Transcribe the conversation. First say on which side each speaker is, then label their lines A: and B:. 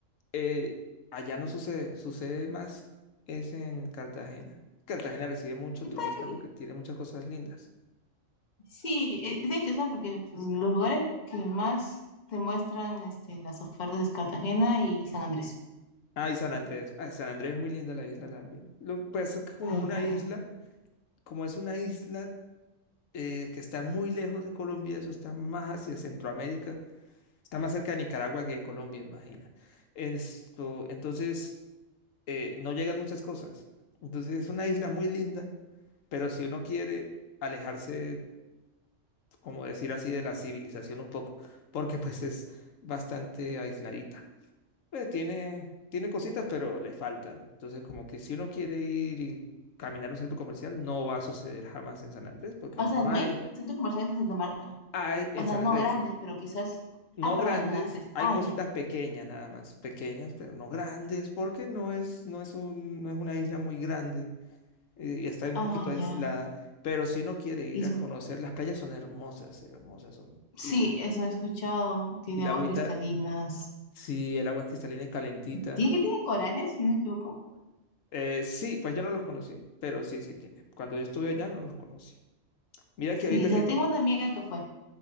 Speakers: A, on the left; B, on the left.
A: Eh, allá no sucede, sucede más es en Cartagena. Cartagena recibe mucho
B: ¿Y ¿Qué
A: turista
B: tal?
A: porque tiene muchas cosas lindas.
B: Sí, eh, de hecho, ¿sabes? Porque pues, los lugares que más te muestran este, las ofertas es Cartagena y San Andrés.
A: Ah, y San Andrés. Ah, San Andrés es muy linda la isla también. Lo que pasa es que como
B: Y,
A: una
B: um,
A: isla, como es una isla eh, que está muy lejos de Colombia, eso está más hacia Centroamérica, está más cerca de Nicaragua que de Colombia, imagina. Esto, entonces, eh, no llegan muchas cosas. Entonces es una isla muy linda, pero si uno quiere alejarse como decir así, de la civilización un poco, porque pues es bastante aisladita. Pues tiene, tiene cositas, pero le faltan. Entonces, como que si uno quiere ir y caminar a un centro comercial, no va a suceder jamás en San Andrés, porque
B: o
A: no
B: sea, no
A: hay,
B: hay centros comerciales en Santa Marta.
A: hay
B: O
A: en
B: sea,
A: San
B: no
A: Andrés,
B: grandes, pero quizás...
A: no
B: Ah, perdón,
A: grandes,
B: en San Andrés.
A: hay
B: Ah,
A: cositas
B: ya.
A: pequeñas nada más, pequeñas, pero no grandes, porque no es, no es un, no es una isla muy grande eh, y está un
B: Ah,
A: poquito aislada.
B: ya.
A: Pero si uno quiere ir
B: Y es-
A: a conocer, las playas son hermosas, hermosas son.
B: sí,
A: Y,
B: eso he escuchado. Tiene
A: y la
B: aguas
A: agüita,
B: cristalinas.
A: Sí, el agua es cristalina y calentita.
B: ¿Tiene que tiene corales, si no me equivoco?
A: Eh, sí, pues yo no los conocí, pero sí, sí tiene. Cuando yo estuve allá no los conocí. Mira
B: Sí,
A: que ahorita
B: o sea,
A: que
B: tengo
A: no.
B: una amiga que fue.